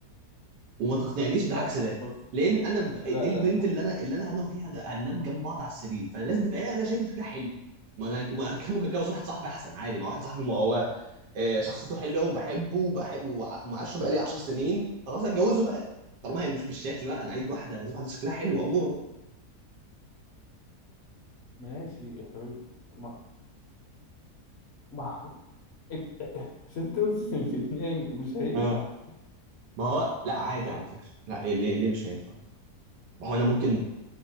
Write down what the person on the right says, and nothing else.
وما تقنعنيش
بعكس ده
لان انا ب...
دي البنت
اللي انا اللي انا انا وهي هن- هننام جنب بعض على السرير فانا لازم تبقى انا شايف شكلها حلو ما انا ما أنا كان ممكن اتجوز واحد صاحبي احسن عادي ما واحد صاحبي ما هو آه، شخصيته حلوه وبحبه وبحبه ومعاشره بقالي 10 سنين خلاص هتجوزه بقى طالما هي مش بالشكل بقى انا عايز واحده عايز واحده شكلها حلو اموره
اه ما هو لا عادي على فكره لا إيه- ليه ليه مش هينفع ما هو انا ممكن